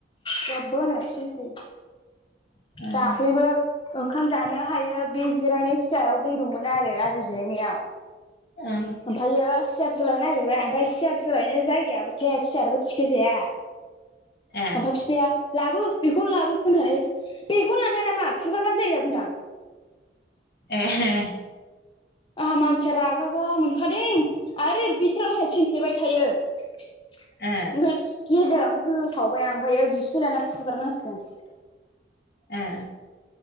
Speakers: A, on the left; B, on the left.
A: जेबबो होनासिनोसै
B: ओं
A: दाख्लैबो ओंखाम जानो हायो बे जिरायनाय सियाराव दै दंमोन आरो आदार जिरायनायाव
B: औं
A: ओमफ्रायो सियार सोलायनो नागिरबाय ओमफफ्राय सियार सोलायनो जायगायाबो थेक सियारबो थिखोजाया
B: ए
A: मफा बिफाया लाबो बेखौनो लाबो होन बेखौनो लानो हाया नामा फुगारबानो जायो होनना बुंदां
B: ए हे
A: आंहा मानसिया रागा गा मोनखादों आरो बिस्र बस थिनफ्लेबाय थायो ओमफ्राय
B: ए
A: गेजेरावनो होखावबाय आं ओमफ्राय ओ जिस लायना फुगारना होजोबदों आं
B: ए